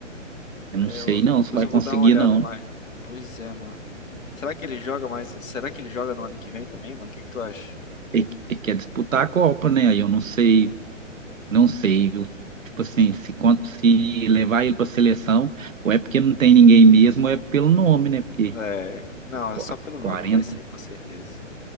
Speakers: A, on the right (about 85°); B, on the left (about 85°).
A: Eu
B: É,
A: não sei
B: eu-
A: não
B: depois
A: se vai
B: eu
A: conseguir,
B: vou dar uma olhada,
A: não.
B: mas. Pois é, mano. Será que ele joga mais? Será que ele joga no ano que vem também, mano? O que que tu acha?
A: Ele, ele quer disputar a Copa, né? Aí eu não sei Não sei, viu? Tipo assim, se, quanto, se levar ele para seleção, ou é porque não tem ninguém mesmo, ou é pelo nome, né? Porque
B: É, não,
A: qu-
B: é só pelo nome
A: 40,
B: vai ser, com certeza.